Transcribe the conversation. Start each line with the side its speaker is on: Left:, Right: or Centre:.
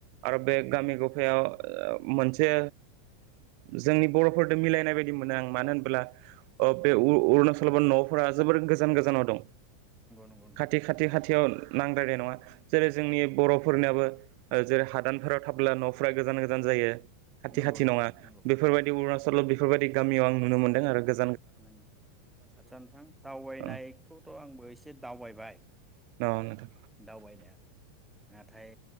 Right: आरो
Centre: नंगौ
Right: बे गामि गफायाव ओ मोनसे जोंनि बर'फोरजों मिलायनाय बायदि मोनो आं मानो होनबोला अ बे अरुणाचल न'फोरा जोबोर गोजान गोजानाव दं
Centre: नंगौ नंगौ नोंथां
Right: खाथि खाथि खाथियाव नांद्रानाय नङा जेरै जोंनि
Centre: औ
Right: बर'फोरनियाबो ओ जेरै हादानफोराव थाब्ला न'फोरा गोजान गोजान जायो खाथि
Centre: नंगौ
Right: खाथि
Centre: नोंथां
Right: नङा
Centre: नंगौ
Right: बेफोरबायदि
Centre: नंगौ
Right: अरुणाचल बेफोरबायदि गामियाव आं नुनो मोनदों आरो गो
Centre: औ आदसा नोंथां दावबायनायखौथ'
Right: औ
Centre: आंबो एसे दावबायबाय
Right: नोंथां
Centre: दावबायनाया नाथाय